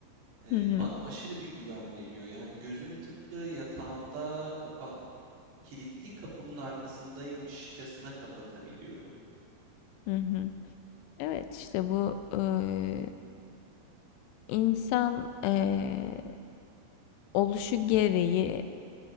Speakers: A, on the right; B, on the left.
A: e,
B: Hı hı.
A: bana aşırı bir güven veriyor. Yani gözümü tıpkı yatağımda kapa kilitli kapımın arkasındaymışçasına kapatabiliyorum.
B: Hı hı. Evet, işte bu, eee, insan, eee, oluşu gereği